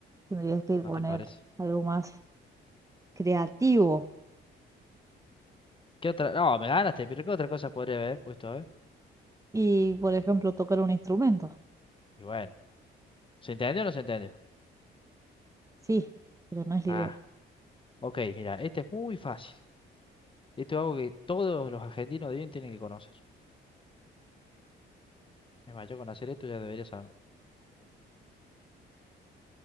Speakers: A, on the right; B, on the left.
A: Tendrías que poner
B: ¿no te parece?
A: algo más creativo.
B: ¿Qué otra? No, me ganaste, pero ¿qué otra cosa podría haber puesto, a ver?
A: Y, por ejemplo, tocar un instrumento.
B: Y bueno. ¿Se entendió o no se entendió?
A: Sí, pero no es la
B: Ah,
A: idea.
B: ok, mira, este es muy fácil. Esto es algo que todos los argentinos de bien tienen que conocer. Es más, yo con hacer esto ya debería saberlo.